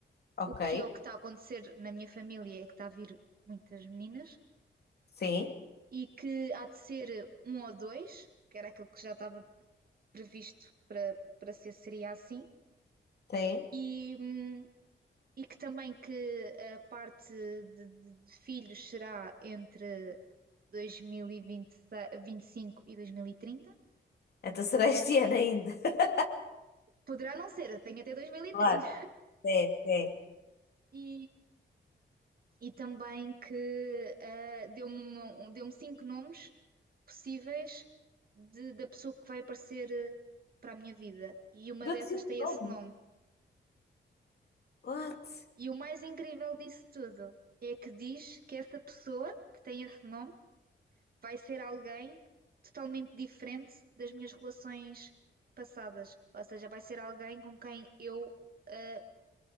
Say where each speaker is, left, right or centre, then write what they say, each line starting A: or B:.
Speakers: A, on the left (about 60°); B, on the right (about 55°).
A: ok.
B: o que é o que está a acontecer na minha família é que está a vir muitas meninas,
A: Sim,
B: e que há de ser um ou dois, que era aquilo que já estava previsto para, para ser, seria assim,
A: sim.
B: e, hum, e que também que a parte de, de- de filhos será entre 2025 e 2030.
A: Então será este ano ainda. <laughs>
B: Poderá não ser, tenho até 2030.
A: Claro, sim, sim.
B: E, e também que ah, deu-me uma- um- deu-me cinco nomes possíveis de- da pessoa que vai aparecer eh, para a minha vida. E uma
A: Deu-te
B: dessas
A: cinco
B: tem
A: nomes.
B: esse nome.
A: What?
B: E o mais incrível disso tudo é que diz que essa pessoa que tem esse nome vai ser alguém totalmente diferente das minhas relações passadas. Ou seja, vai ser alguém com quem eu, ah,